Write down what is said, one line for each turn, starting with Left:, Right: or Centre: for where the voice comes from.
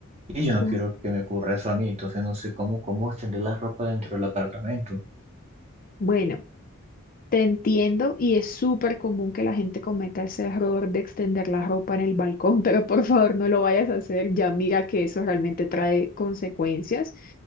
Right: Y yo no
Left: Uh,
Right: quiero que me ocurra eso a mí, entonces no sé cómo, cómo extender la ropa dentro del apartamento.
Left: Bueno. Te entiendo y es súper común que la gente cometa ese error de extender la ropa en el balcón, <laughs> pero por favor no lo vayas a hacer, ya mira que eso realmente trae consecuencias